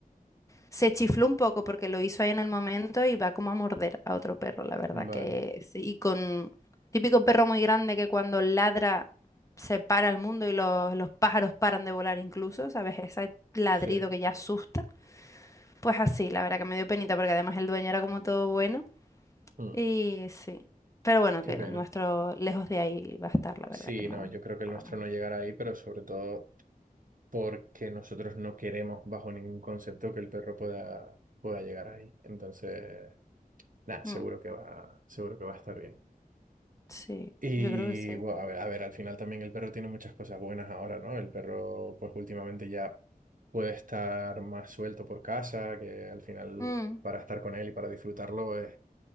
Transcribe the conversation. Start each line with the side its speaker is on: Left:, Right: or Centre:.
Left: se chifló un poco porque lo hizo ahí en el momento y va como a morder a otro perro, la verdad
Right: vale,
Left: que sí. Y con típico perro muy grande que cuando ladra se para el mundo y los, los pájaros paran de volar incluso, ¿sabes? Ese ladrido
Right: sí,
Left: que ya asusta. Pues así, la verdad que me dio penita porque además el dueño era como todo bueno
Right: Mm,
Left: y sí. Pero bueno,
Right: qué
Left: que
Right: pena.
Left: el nuestro lejos de ahí va a estar, la verdad
Right: Sí,
Left: que no.
Right: no, yo creo que el
Left: para
Right: nuestro
Left: nada.
Right: no llegará ahí, pero sobre todo porque nosotros no queremos bajo ningún concepto que el perro pueda, pueda llegar ahí. Entonces, nada, seguro
Left: Mm,
Right: que va, seguro que va a estar bien.
Left: sí,
Right: Y
Left: yo creo que sí.
Right: bueno, a ver, a ver, al final también el perro tiene muchas cosas buenas ahora, ¿no? El perro, pues últimamente ya puede estar más suelto por casa, que al final
Left: Mm,
Right: para estar con él y para disfrutarlo